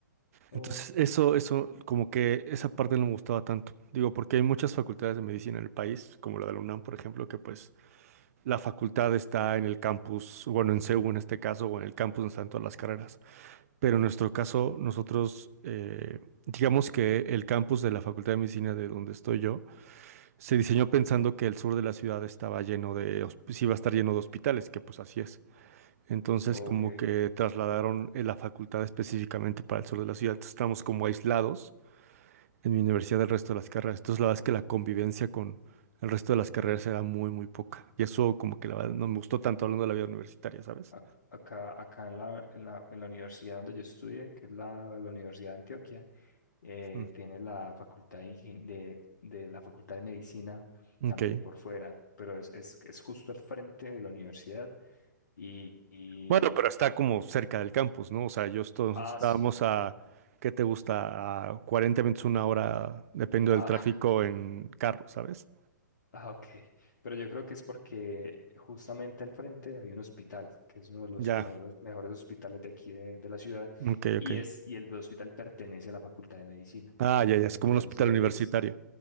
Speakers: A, on the left; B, on the right.
A: Oh,
B: Entonces, eso, eso, como que esa parte no me gustaba tanto. Digo, porque hay muchas facultades de medicina en el país, como la de la UNAM, por ejemplo, que pues la facultad está en el campus, bueno, en CEU en este caso, o en el campus donde están todas las carreras. Pero en nuestro caso, nosotros, eh, digamos que el campus de la Facultad de Medicina de donde estoy yo, se diseñó pensando que el sur de la ciudad estaba lleno de, hos- sí iba a estar lleno de hospitales, que pues así es. Entonces,
A: ok.
B: como que trasladaron eh, la facultad específicamente para el sur de la ciudad. Entonces, estamos como aislados en mi universidad del resto de las carreras. Entonces, la verdad es que la convivencia con el resto de las carreras era muy, muy poca. Y eso como que la verdad no me gustó tanto hablando de la vida universitaria, ¿sabes?
A: A- Acá, acá en la, en la, en la universidad donde yo estudié, que es la, la Universidad de Antioquia. eh,
B: Mm,
A: tiene la facultad de, ingen- de- de la facultad de medicina
B: ok.
A: también por fuera, pero es, es, es justo al frente de la universidad y, y-
B: Bueno, pero está como cerca del campus, ¿no? O sea, yo esto- nosotros
A: ah,
B: estábamos
A: sí,
B: a, ¿qué te gusta? A 40 minutos, una hora, depende
A: ah,
B: del tráfico
A: <laughs>
B: en carro, ¿sabes?
A: ah, ok, pero yo creo que es porque justamente al frente hay un hospital, que es uno de los
B: Ya,
A: mejores, mejores hospitales de aquí de, de la ciudad
B: ok, ok.
A: y, es, y el hospital pertenece a la facultad de medicina.
B: Ah, ya, ya,
A: Entonces,
B: es como un hospital universitario.